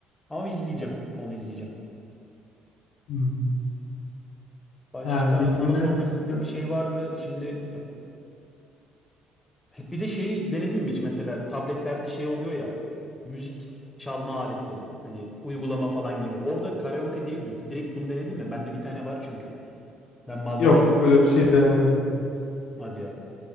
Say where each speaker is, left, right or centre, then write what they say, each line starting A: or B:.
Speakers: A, on the left; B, on the left.
A: Ama bir izleyeceğim. Onu izleyeceğim.
B: Hmm.
A: Başka
B: Yani bir
A: sana
B: dinle
A: sormak istediğim
B: öyle.
A: bir şey vardı. Şimdi Bir de şeyi denedin mi hiç mesela tabletlerde şey oluyor ya müzik çalma aletleri hani uygulama falan gibi. Orada karaoke değildi. Direkt bunu denedin mi? Bende bir tane var çünkü. Ben bazen
B: Yok
A: yapıyorum.
B: öyle bir şey denemedim.
A: Hadi ya.